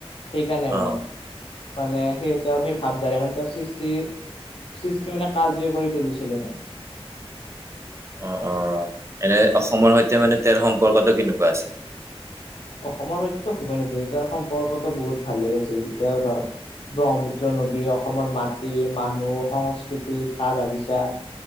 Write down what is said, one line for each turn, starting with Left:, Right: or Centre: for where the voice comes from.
Left: সেইকাৰণে মানে।
Right: অ'।
Left: মানে সেই তেওঁৰ সেই ভাৱধাৰা মানে। তেওঁৰ সৃষ্টি সৃষ্টি মানে। কালজয় কৰি তুলিছিলে।
Right: অ, অ, এনে অসমৰ সৈতে মানে তেওঁৰ সম্পৰ্কটো কেনেকুৱা আছিল?
Left: অসমৰ সৈতেতো ভূপেন হাজৰিকাৰ সম্পৰ্কটো বহুত ভালেই আছিল। তেওঁ ধৰ ব্ৰহ্মপুত্ৰ নদি অসমৰ মাটি, মানুহ, সংস্কৃতিৰ, চাহ বাগিচাৰ।